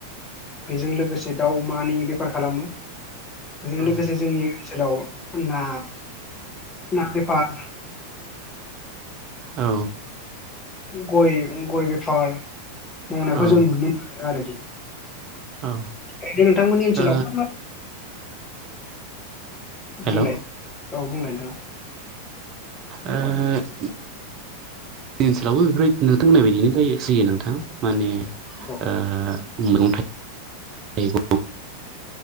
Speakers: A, on the left; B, on the right.
A: बेजों लोगोसे दाउ अमानि बेफार खालामो बेजों
B: औ
A: लोगोसे जोंनि ओनसोलाव ना ना बेफार
B: औ
A: गय गय बेफार मावनायखौ
B: औ
A: जों नुनो मोनो आरोखि
B: औ
A: ओरैनो नोंथांमोन ओनसोलाव
B: ओ
A: मा मा
B: हेलौ
A: बुंलाय औ बुंलाय नोंथाङा
B: ओ जोंनि ओनसोलावबो बेफोर नोंथां बुंनाय बायदिनो जयो सैयो नोंथां माने
A: औ
B: ओ मैगं थाइगं